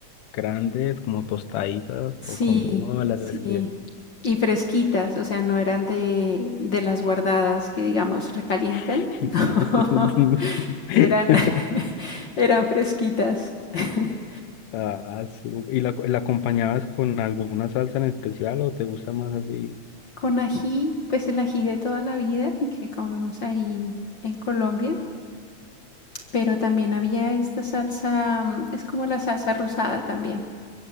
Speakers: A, on the left; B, on the left.
A: grandes, como tostaditas,
B: Sí,
A: o como, no, las
B: sí.
A: describí.
B: Y fresquitas, o sea, no eran de de las guardadas que, digamos, recalientan.
A: <laughs>
B: <laughs> No, eran <laughs> eran fresquitas. <laughs>
A: Ah, su- ¿Y la, la acompañabas con alguna salsa en especial o te gusta más así?
B: Con ají, pues el ají de toda la vida que comemos ahí en Colombia, pero también había esta salsa, mm, es como la salsa rosada también,